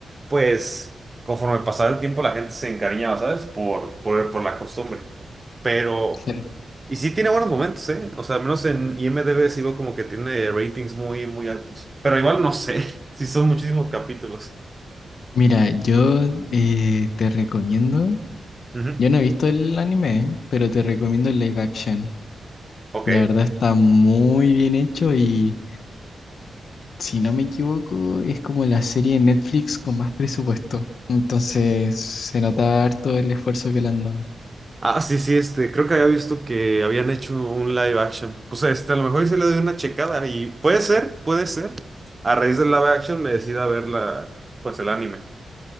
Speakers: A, on the right (about 20°); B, on the left (about 65°).
A: pues conforme pasaba el tiempo la gente se encariñaba, ¿sabes? Por, por, por la costumbre. Pero...
B: Claro.
A: Y sí tiene buenos momentos, ¿eh? O sea, al menos en IMDb sí veo como que tiene ratings muy, muy altos. Pero igual no sé, <laughs> sí son muchísimos capítulos.
B: Mira, yo eh, te recomiendo,
A: Ujú,
B: yo no he visto el anime, pero te recomiendo el live action.
A: Ok.
B: La verdad está muy bien hecho y, si no me equivoco, es como la serie de Netflix con más presupuesto. Entonces se nota harto el esfuerzo que le han dado.
A: Ah, sí, sí, este, creo que había visto que habían hecho un live action. Pues este, a lo mejor sí le doy una checada y puede ser, puede ser. A raíz del live action me decida ver la, pues el anime.